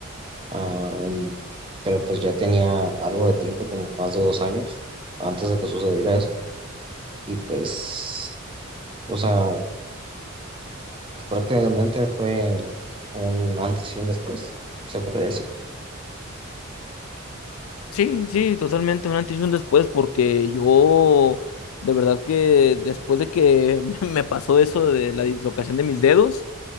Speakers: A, on the right; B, on the left.
A: Am, pero pues ya tenía algo de tiempo, como más de dos años, antes de que sucediera eso. Y pues, o sea, prácticamente fue un antes y un después, se podría decir.
B: Sí, sí, totalmente un antes y un después, porque yo de verdad que después de que <laughs> me pasó eso de la dislocación de mis dedos,